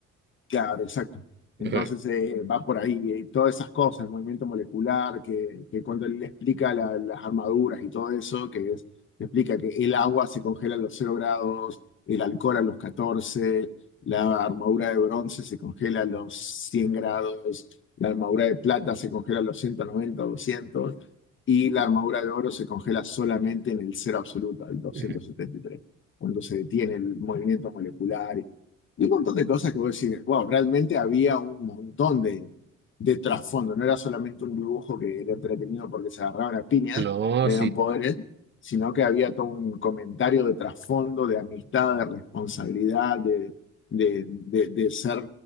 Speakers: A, on the left; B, on the right.
A: Claro, exacto. Entonces
B: Ujú,
A: eh, va por ahí, eh, todas esas cosas, el movimiento molecular, que, que cuando él le explica la- las armaduras y todo eso, que es, le explica que el agua se congela a los cero grados, el alcohol a los 14, la armadura de bronce se congela a los 100 grados, la armadura de plata se congela a los 190, 200, y la armadura de oro se congela solamente en el cero absoluto, al doscientos
B: ujú.
A: setenta y tres, cuando se detiene el movimiento molecular. Y un montón de cosas que vos decís, wow, realmente había un montón de, de trasfondo, no era solamente un dibujo que era entretenido porque se agarraban a piñas
B: No,
A: y habían
B: sí.
A: poderes, sino que había todo un comentario de trasfondo, de amistad, de responsabilidad, de, de, de- de ser